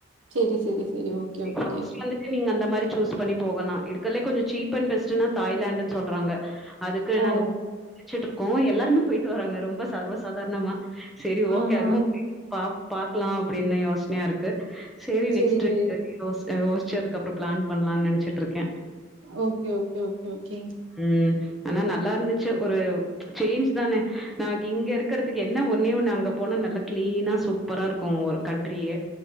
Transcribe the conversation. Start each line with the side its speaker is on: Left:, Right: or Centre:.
Right: செரி செரி செரி ஓகே ஓகே
Centre: ஃபர்ஸ்ட் வந்துட்டு நீங்க அந்த மாரி சூஸ் பண்ணி போகலாம் இருக்கலே கொஞ்ச சீப் அண்ட் பெஸ்ட்டுன்னா தாய்லாண்ட்னு சொல்றாங்க அதுக்கு
Right: ஓ!
Centre: நாங்க போச்சுட்டு இருக்கோம் எல்லா டுனு போயிட்டு வராங்க ரொம்ப சர்வ சாதாரணமா செரி ஓகே
Right: ஆஹா.
Centre: அதுவும் பா பாக்கலாம் அப்டின்னு யோசனையா இருக்கு செரி நெக்ஸ்ட்
Right: சரி,
Centre: வீக்ரி
Right: சரி.
Centre: ரோஸ் யோசிச்சு அதுக்கப்ற பிளான் பண்ணலான் நெனைச்சிட்டு இருக்கேன்
Right: ஓகே ஓகே ஓகே ஓகே
Centre: ம். ஆனா நல்லாருந்துச்சு ஒரு சேஞ்ச் தானே நமக்கு இங்க இருக்கறதுக்கு என்ன ஒன்னே ஒண்ணு அங்க போனா நல்லா கிளீனா சூப்பராருக்கும் ஒரு கண்ட்ரியே